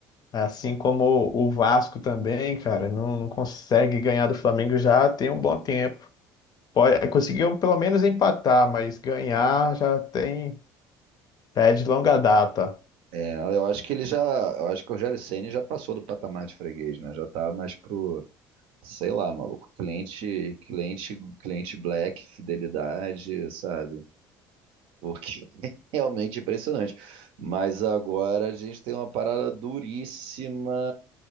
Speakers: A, on the left; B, on the right.
A: Assim como o Vasco também, cara, não, não consegue ganhar do Flamengo já tem um bom tempo. Pode, conseguiu pelo menos empatar, mas ganhar já tem, é de longa data.
B: É, eu acho que ele já, eu acho que o Rogério Ceni já passou do patamar de freguês, né? Já tá mais pro, sei lá, maluco, cliente, cliente, cliente black, fidelidade, sabe? Porque <laughs> é realmente impressionante. Mas agora a gente tem uma parada duríssima